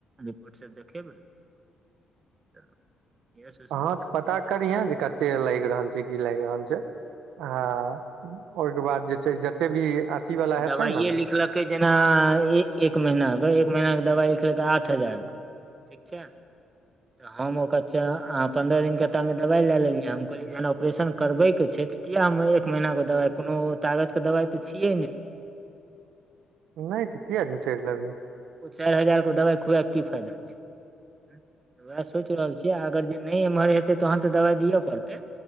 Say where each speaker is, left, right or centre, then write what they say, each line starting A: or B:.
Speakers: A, on the right; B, on the right.
A: रिपोर्ट सभ देखेबै तऽ इएह सोचलियै
B: हाँ तऽ पता करिहे जे कते लागि रहल छै कि लागि रहल छै हाँ
A: हँ
B: ओहिके बाद जे छै जते भी अथी वला
A: ई
B: हेतै
A: दबाइए
B: ने
A: लिखलकै जेना एक महीना के एक महिना के दबाइ लिखलकै आठ हजार के ठीक छै। तऽ हँ मौका अच्छा अहाँ पन्द्रह दिनके तामे दवाइ लए लेलियै हम कहलियै जेना ऑपरेशन करबै के छै तऽ किया हम एक महीना के दवाइ कोनो तागत के दवाइ तऽ छियै ने।
B: नैय तऽ किया झुठे लेबै।
A: ओ चारि हजार के दवाइ खुवए के की फायदा छै वएह सोच रहल छी। किया अगर जे नैय एम्हर हेतै तहन तऽ दबाइ दिअ पड़तै।